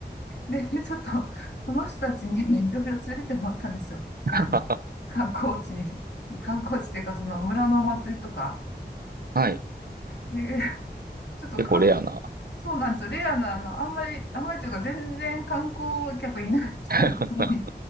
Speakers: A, on the left; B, on the right.
A: で、<laughs> ちょっと、この人たちに <laughs> いろいろ連れてってもらったんですよ。あの、
B: あ、
A: 観光地に。<laughs> 観光地っていうか、その村のお祭りとか。
B: <laughs> はい。
A: で、<laughs> ちょっとか
B: 結構レアな。
A: そうなんですよ。レアな、あの、あんまり、あんまりというか、全然観光客いない人に
B: <laughs> は